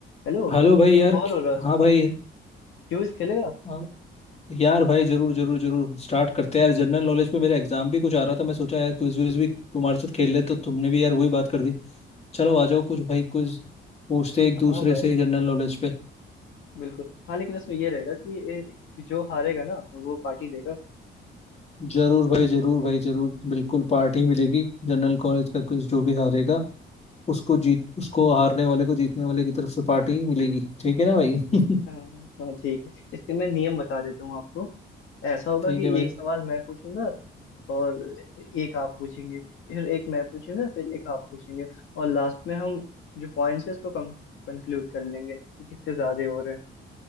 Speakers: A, on the left; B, on the left.
A: Hello
B: Hello भाई
A: मैं
B: यार
A: bore हो रहा था
B: हाँ भाई
A: क्यूज खेलेगा
B: हाँ, यार भाई जरूर जरूर जरूर स्टार्ट करते हैं यार जनरल नॉलेज पे मेरा एग्जाम भी कुछ आ रहा था मैं सोचा यार क्विज विज भी तुम्हारे साथ खेल ले तो तुमने भी यार वही बात कर दी चलो आ जाओ कुछ भाई क्विज पूछते हैं एक दूसरे
A: हाँ भाई
B: से जनरल नॉलेज पे
A: बिल्कुल हाँ लेकिन इसमें ये रहेगा कि ए, जो हारेगा ना वो पार्टी देगा
B: जरूर भाई जरूर भाई जरूर बिल्कुल पार्टी मिलेगी जनरल नॉलेज का क्विज जो भी हारेगा उसको जीत उसको हारने वाले को जीतने वाले की तरफ से पार्टी मिलेगी ठीक है ना भाई <laughs>
A: हाँ हाँ, ठीक है इसके मैं नियम बता देता हूँ आपको ऐसा होगा
B: ठीक
A: कि
B: है भाई
A: एक सवाल मैं पूछूंगा और एक आप पूछेंगे फिर एक मैं पूछूंगा फिर एक आप पूछेंगे और लास्ट में हम जो पॉइंट्स है उसको कंक्लूड कर लेंगे कि किसके ज्यादा हो रहे हैं